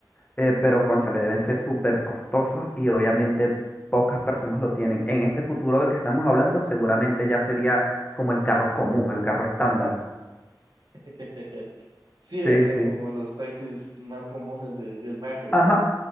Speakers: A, on the left (about 20°); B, on the right (about 65°).
A: eh, pero cónchale, deben ser súper costosos y obviamente pocas personas lo tienen. En este futuro del que estamos hablando, seguramente ya sería como el carro común, el carro estándar.
B: <laughs> Sí,
A: Sí,
B: ¿verdad?
A: sí.
B: Como los taxis más comunes de- del barrio.
A: Ajá,